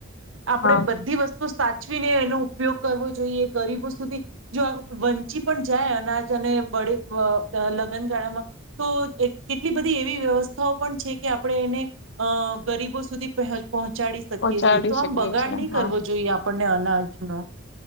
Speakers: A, on the right (about 70°); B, on the left (about 60°).
A: આપડે
B: હા
A: બધી વસ્તુ સાચવીને એનું ઉપયોગ કરવો જોઈએ ગરીબો સુધી જો આ વંચિત પણ જાય અનાજ અને બળે લગ્નગાળામાં તો કેટલી બધી એવી વ્યવસ્થાઓ પણ છે કે આપણે એને ગરીબો સુધી પ પહોંચાડી શકીએ
B: પહોંચાડી
A: છીએ તો
B: શકીએ
A: આમ બગાડ
B: છીએ
A: નહી
B: હા
A: કરવો જોઈએ આપણને. <unintelligible>